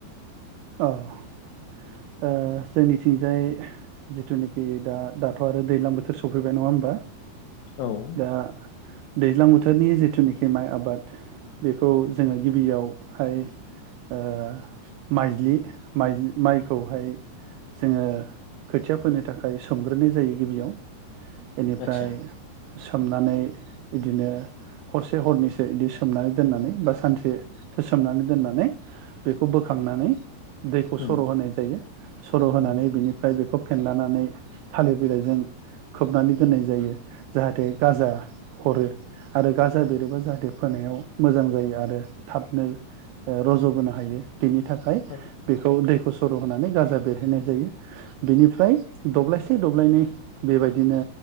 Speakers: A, on the right; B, on the left.
A: अह ओ जोंनिथिंजाय जिथुनाखि दा दाथ' आरो दैज्लां बोथोर सफैबाय नङा होमबा
B: औ
A: दा दैज्लां बोथोरनि जिथुनाखि माइ आबाद बेखौ जोङो गिबियावहाय ओ माइज्लि माइ माइखौहाय जोङो खोथिया फोनो थाखाय सोमग्रोनाय जायो गिबियाव बेनिफ्राय
B: आदसा
A: सोमनानै इदिनो हरसे हरनैसो इदि सोमनानै दोननानै बा सानसेसो सोमनानै दोननानै बेखौ बो खांनानै दैखौ
B: उम
A: सर' होनाय जायो सर' होनानै
B: उम
A: बिनिफ्राय बेखौ फेनलानानै थालिर बिलाइजों खोबनानै दोननाय जायो जाहाथे गाजा हरो आरो गाजा बेरोबा जाहाथे फोनायाव मोजां जायो आरो थाबनोओ रज'बोनो हायो । बिनि थाखाय
B: अ
A: बेखौ दै फुसरु होनानै गाजा बेरहैनाय जायो बेनिफ्राय दब्लायसे दब्लायनै बेबायदिनो